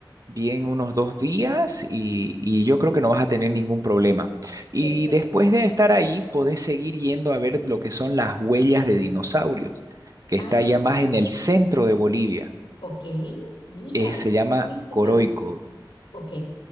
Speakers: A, on the right; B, on the left.
A: bien unos dos días y, y yo creo que no vas a tener ningún problema. Y
B: perfecto.
A: después de estar ahí, podés seguir yendo a ver lo que son las huellas de dinosaurios, que está
B: Ah,
A: ya más en el centro de Bolivia.
B: ok, mira,
A: Eh, se
B: eso
A: llama
B: está muy interesante.
A: Coroico.
B: Ok,